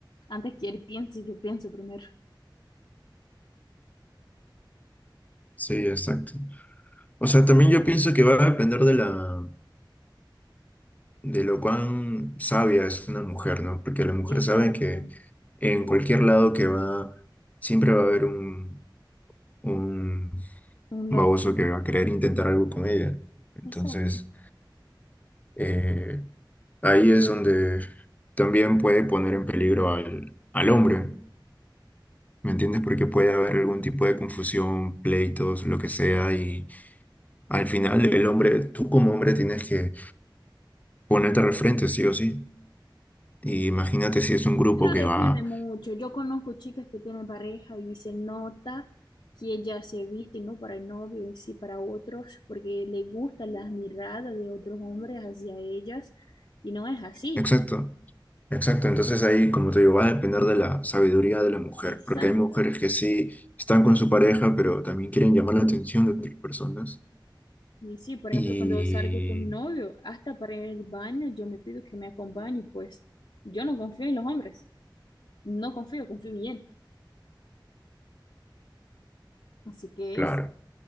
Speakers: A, on the left; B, on the left.
A: antes que él piense, yo pienso primero.
B: Sí, exacto. O sea, también yo pienso que va a depender de la, de lo cuán sabia es una mujer, ¿no? Porque la mujer
A: Exacto,
B: sabe que en cualquier lado que va, siempre va a haber un, un
A: un
B: baboso
A: loco.
B: que va a querer intentar algo con ella. Entonces,
A: Exacto.
B: eh, ahí es donde también puede poner en peligro al, al hombre, ¿me entiendes? Porque puede haber algún tipo de confusión, pleitos, lo que sea, y al final el hombre, tú como hombre tienes que ponerte al frente, sí o sí. Y imagínate si es un grupo
A: Pero
B: que
A: depende
B: va...
A: mucho. Yo conozco chicas que tienen pareja y se nota que ellas se visten no para el novio, y sí para otros, porque le gustan las miradas de otros hombres hacia ellas y no es así.
B: Exacto, exacto. Entonces ahí, como te digo, va a depender de la sabiduría de la mujer,
A: Exacto.
B: porque hay mujeres que sí están con su pareja, pero también quieren llamar la atención de otras personas.
A: Y sí, por
B: Y
A: ejemplo, cuando salgo con mi novio, hasta para ir al baño, yo me pido que me acompañe, pues yo no confío en los hombres, no confío, confío bien. Así que
B: claro,
A: es.